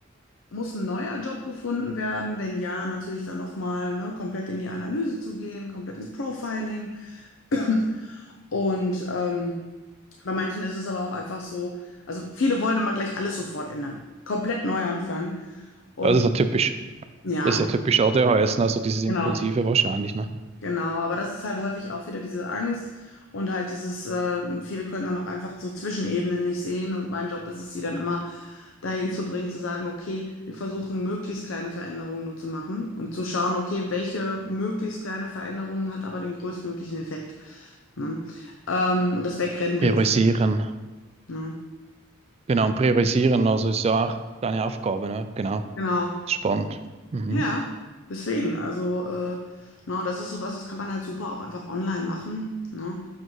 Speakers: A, on the left; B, on the right.
A: muss ein neuer Job gefunden werden? Wenn ja, natürlich dann noch mal, ne, komplett in die Analyse zu gehen, komplett ins Profiling. <clears throat> Und, ähm, bei manchen ist es aber auch einfach so also, viele wollen immer gleich alles sofort ändern, komplett neu anfangen und
B: Ja, Das ist ja typisch.
A: ja,
B: Das ist ja typisch A D ADHS, ne? Also dieses Impulsive
A: genau.
B: wahrscheinlich, ne?
A: Genau, aber das ist halt häufig auch wieder diese Angst und halt dieses, äh, viele können dann auch einfach so Zwischenebenen nicht sehen und mein Job ist es, sie dann immer dahin zu bringen, zu sagen, okay, wir versuchen möglichst kleine Veränderungen nur zu machen und zu schauen, okay, welche möglichst kleine Veränderung hat aber den größtmöglichen Effekt, ne? Ähm, und das Wegrennen bringt,
B: Priorisieren.
A: ne?
B: Genau, und priorisieren, also ist ja auch deine Aufgabe, ne? Genau.
A: Genau,
B: Spannend. Mhm.
A: ja, deswegen, also, äh, na, das ist sowas, das kann man halt super auch einfach online machen, ne?